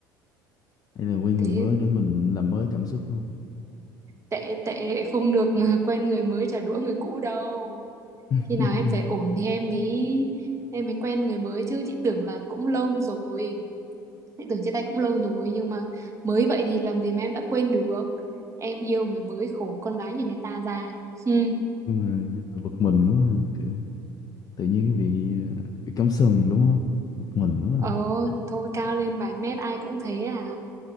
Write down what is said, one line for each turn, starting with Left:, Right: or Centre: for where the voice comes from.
Left: hay là quen
Right: thế
Left: người mới để mình làm mới cảm xúc không
Right: tệ tệ không được <laughs> quen người mới trả đũa người cũ đâu
Left: <laughs>
Right: khi nào em phải ổn thì em mới em mới quen người mới chứ chị tưởng là cũng lâu rồi chị tưởng chia tay cũng lâu rồi nhưng mà mới vậy thì làm gì mà em đã quên được em yêu người mới khổ con gái nhà người ta ra hmm.
Left: nhưng mà nhưng mà bực mình quá à, kiểu tự nhiên cái bị ờ, bị cắm sừng đúng không bực mình quá
Right: ờ
Left: à.
Right: thì thôi cao lên vài mét ai cũng thế à